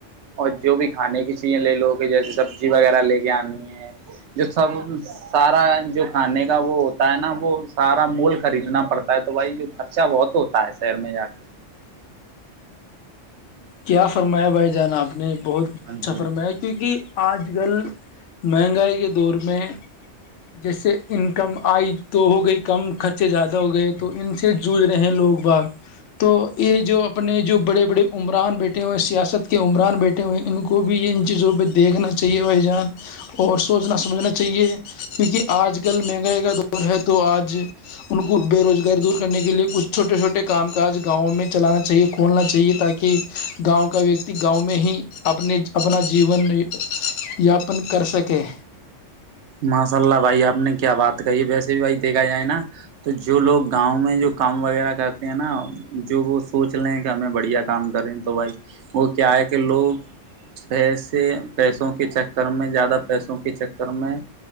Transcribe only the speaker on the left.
کیا فرمایا بھائی جانا آپ نے بہت
اچھا
فرمایا کیونکہ آج کل مہنگائی کے دور میں جیسے انکم آئی تو ہو گئی کم خرچے زیادہ ہو گئے تو ان سے جوجھ رہے ہیں لوگ باگ تو یہ جو اپنے جو بڑے بڑے عمر عمرآان بیٹھے ہوئے سیاست کے عمران بیٹے ہوئے انن کو بھی یہ ان چیزوں پہ دیکھنا چاہیے بھائی جان اور سوچنا سمجھنا چاہیے کیونکہ آج کل مہنگائی کا دور ہے تو آج ان کو بے روزگار دور کرنے کے لئے کچھ چھوٹے چھٹے کام کاج گاؤوں میں چلانا چاہیے کھولنا چاہیے تاکہ کہ گاؤں کا ویکتی گاؤں میں ہی اپنے اپنا جیون یاپن کر سکیں